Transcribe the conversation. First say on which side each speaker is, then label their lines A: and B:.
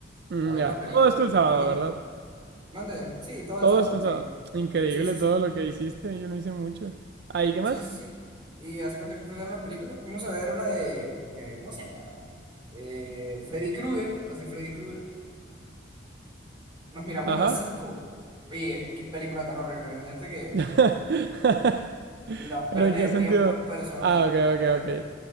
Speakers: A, on the right; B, on the right.
A: Mm,
B: a ver
A: ya.
B: una película.
A: Todo esto el sábado,
B: Fuimos,
A: ¿verdad?
B: mande, sí, todo el
A: Todo
B: sábado,
A: esto el
B: sí.
A: sábado. Increíble
B: Sí, sí, sí.
A: todo lo que hiciste. Yo no hice mucho. Ahí, ¿qué más?
B: Sí, sí, sí. Y hace cuenta que fuimos a ver una película. Fuimos a ver una de, eh, ¿cómo se llama? eh, Freddy Krueger, las de Freddy Krueger. Nos miramos
A: Ajá.
B: las cinco Oye, qué película tan horrible. Neta que
A: <laughs>
B: la
A: Pero
B: pérdida
A: ¿en qué
B: de
A: sentido?
B: tiempo en persona.
A: Ah, ok,
B: La
A: ok,
B: per-
A: ok.